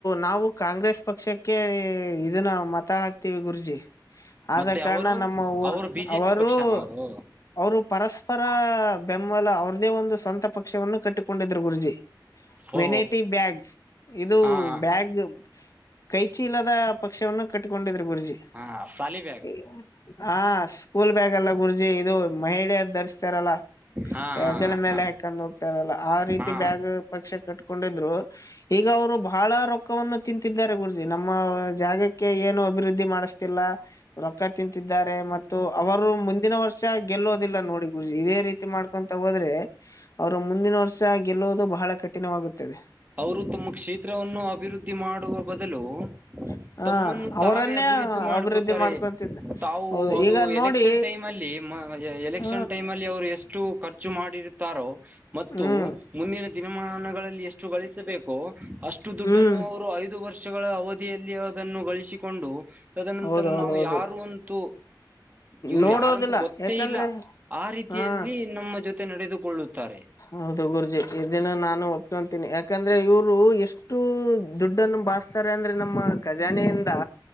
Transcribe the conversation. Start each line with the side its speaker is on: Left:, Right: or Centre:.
Left: ನಾವು ಕಾಂಗ್ರೆಸ್ ಪಕ್ಷಕ್ಕೆ ಇದನ್ನ ಮತ್ <unintelligible> ಮತ ಹಾಕ್ತಿವಿ ಗುರೂಜಿ ಆದ
Right: ಮತ್ತೆ
Left: ಕಾರಣ
Right: ಅವರು
Left: ನಮ್ಮ ಊರ್
Right: ಅವರು ಬಿಜೆಪಿ
Left: ಅವರು
Right: ಪಕ್ಷನ
Left: <unintelligible>
Right: ಅವರು
Left: ಅವರು ಪರಸ್ಪರ ಬೆಂಬಲ ಅವ್ರ್ದೇ ಒಂದು ಸ್ವಂತ ಪಕ್ಷವನ್ನು ಕಟ್ಟಿಕೊಂಡಿದ್ರು ಗುರೂಜಿ. <unintelligible>
Right: ಓ
Left: ವೆನೇಟಿ ಬ್ಯಾಗ್ ಇದು
Right: ಹಾ ಹಾ
Left: ಬ್ಯಾಗ್ <unintelligible> ಕೈಚೀಲದ ಪಕ್ಷವನ್ನು ಕಟ್ಕೊಂಡಿದ್ರರು ಗುರೂಜಿ.
Right: ಹಾ ಸಾಲಿಬ್ಯಾಗ್
Left: <unintelligible> ಹಾ ಸ್ಕೂಲ್ ಬ್ಯಾಗ್ ಅಲ್ಲ ಗುರೂಜಿ ಇದು ಮಹಿಳೆಯರ ದರ್ <unintelligible> ಹಚ್ಚರಲ್ಲ
Right: ಹಾ
Left: ಯಂಜಲ್
Right: ಹಾ
Left: ಮೇಲೆ
Right: ಹಾ
Left: ಹಕ್ಕೊಂಡ್ ಹೋಗ್ತಾರಲ್ಲ ಆ ರೀತಿ
Right: ಹಾ ಹಾ
Left: ಬ್ಯಾಗ್ <unintelligible> ಪಕ್ಷ ಕಟ್ಕೊಂಡಿದ್ರು ಈಗ ಅವ್ರು ಬಹಳ ರೊಕ್ಕವನ್ನ <unintelligible> ತಿಂತಿದ್ದಾರೆ ಗುರೂಜಿ ನಮ್ಮ ಜಾಗಕ್ಕೆ ಏನು ಅಭಿವೃದ್ಧಿ ಮಾಡಿಸ್ತಿಲ್ಲ ರೊಕ್ಕ ತಿಂತಿದ್ದ <unintelligible> ದ್ದಾರೆ ಮತ್ತು ಅವರು ಮುಂದಿನ ವರ್ಷ ಗೆಲ್ಲೋದಿಲ್ಲ ನೋಡ. <unintelligible> ಗುರೂಜಿ ಇದೇ ರೀತಿ ಮಾಡ್ಕೊಂತ ಹೋದರೇ? <unintelligible> ಅವರು ಮುಂದಿನ ವರ್ಷ ಗೆಲ್ಲುವುದು ಬಹಳ ಕಠಿಣವಾಗುತ್ತಿದೆ. <unintelligible>
Right: ಅವರು ತಮ್ಮ ಕ್ಷೇತ್ರವನ್ನು ಅಭಿವೃದ್ಧಿ ಮಾಡುವ ಬದಲು <unintelligible>
Left: <unintelligible>
Right: ತಮ್ಮನ್ನು
Left: ಅವರನ್ನೇ
Right: ತಾವೇ ಅಭಿವೃದ್ಧಿ ಮಾಡ್ಕೊತಾರೆ
Left: ಅಭಿವೃದ್ಧಿ ಮಾಡ್ಕೊಂತಿದ್ದ
Right: ತಾವು
Left: ಹೌದು
Right: ಅದು
Left: ಈಗ ನೋಡಿ
Right: ಎಲೆಕ್ಷನ್ ಟೈಮ್ ಅಲ್ಲಿ ಮ <unintelligible> ಎಲೆಕ್ಷನ್
Left: ಹ
Right: ಟೈಮ್ ಅಲ್ಲಿ ಅವ್ರು ಎಷ್ಟು? <unintelligible> ಖರ್ಚು ಮಾಡಿರುತ್ತಾರೋ ಮತ್ತು
Left: ಹ್ಮ್
Right: ಮುಂದಿನ ದಿನಮಾನಗಳಲ್ಲಿ ಎಷ್ಟ್ ಗಳಿಸಬೇಕು ಅಷ್ಟು ದುಡ್ಡನ್ನು
Left: ಹ್ಮ್
Right: ಅವರು ಐದು ವರ್ಷಗಳ ಅವಧಿಯಲ್ಲಿ ಅದನ್ನೂ ಗಳಿಸಿ ಕೊಂಡು ತದನಂತರ
Left: ಹೌದೌದೌದು
Right: ನಾವು ಯಾರು ಅಂತೂ ಇವರು
Left: ನೋಡೋದಿಲ್ಲ
Right: ಯಾರಂತ ಗೊತ್ತೇ
Left: ಯಾಕಂದ್ರೆ
Right: ಇಲ್ಲ ಆ ರೀತಿಯಲ್ಲಿ
Left: ಹಾ
Right: ನಮ್ಮ ಜೊತೆ ನಡೆದುಕೊಳ್ಳುತ್ತಾರೆ.
Left: ಹೌದು ಗುರೂಜಿ ಇದನ್ನ ನಾನು ಒಪ್ಕೊಂತೀನಿ ಯಾಕಂದ್ರೆ ಇವರು ಎಷ್ಟು ದುಡ್ಡನ್ನು ಬಾಸ್ ತಾರೆ ಅಂದ್ರೆ ನಮ್ಮ ಖಜಾನೆಯಿಂದ